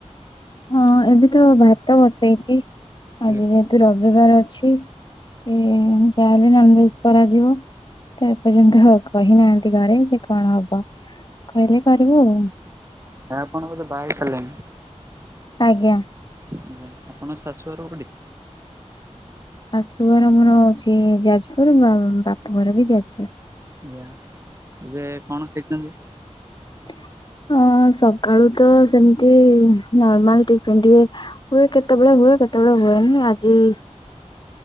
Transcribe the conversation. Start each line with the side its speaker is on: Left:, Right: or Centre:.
Left: ହଁ ଏବେ ତ ଭାତ ବସେଇଛି
Right: ଆଜ୍ଞା।
Left: ଆଜି ଯେହେତୁ ରବି ରବିବାର ଅଛି ଇ ଯାହାହେଲେ ନନ୍ ଭେଜ୍ କରାଯିବ। ତ ଏପର୍ଯ୍ୟନ୍ତ କହିନାହାନ୍ତି ଘରେ ଯେ କଣ ହବ କହିଲେ କରିବୁ ଆଉ।
Right: ଆପଣ ବୋଧେ ବାହା ହେଇସାରିଲେଣି।
Left: ଆଜ୍ଞା।
Right: ଆଜ୍ଞା ଆପଣଙ୍କ ଶାଶୁଘର କୋଉଠି?
Left: ଶାଶୁଘର ମୋର ହଉଛି ଯାଜପୁର ବା-ବାପ ଘର ବି ଯାଜପୁର।
Right: ଆଜ୍ଞା ଏବେ କଣ ଖାଇଛନ୍ତି?
Left: ହଁ ଅ ସକାଳୁ ତ ସେମିତି ନର୍ମାଲ ଟିଫିନ୍ ଟିକେ ହୁଏ କେତେବେଳେ ହୁଏ କେତେବେଳେ ହୁଏନି ଆଜି